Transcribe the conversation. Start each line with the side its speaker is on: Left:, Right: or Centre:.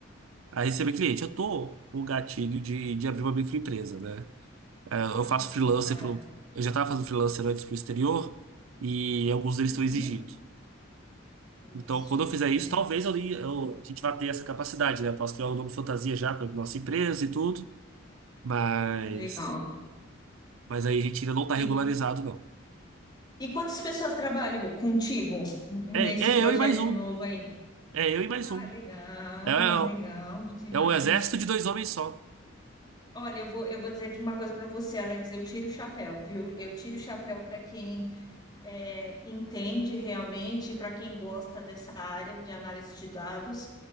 Right: a receber cliente. Eu tô com o gatilho de, de abrir uma microempresa, né? É, Eu
Left: Ai,
Right: faço
Left: sim,
Right: freelancer
Left: claro.
Right: pro, eu já estava fazendo freelancer antes pro exterior e alguns deles
Left: Uhum,
Right: estão exigindo.
Left: isso,
Right: Então, quando eu fizer
Left: é,
Right: isso, talvez eu, eu- a gente vá ter essa capacidade, né? Eu posso criar um nome fantasia já com a nossa empresa e tudo, mas,
Left: legal.
Right: mas aí a gente ainda não está regularizado,
Left: E,
Right: não.
Left: e quantas pessoas trabalham contigo nesse
Right: É,
Left: projeto
Right: é eu e mais um.
Left: novo aí?
Right: É eu e mais
Left: Ah,
Right: um.
Left: legal,
Right: É, é
Left: legal
Right: o
Left: demais.
Right: é o exército de dois homens só.
Left: Olha, eu vou, eu vou dizer uma coisa para você, Alex. Eu tiro o chapéu, viu? Eu tiro o chapéu para quem é, entende realmente, para quem gosta dessa área de análise de dados.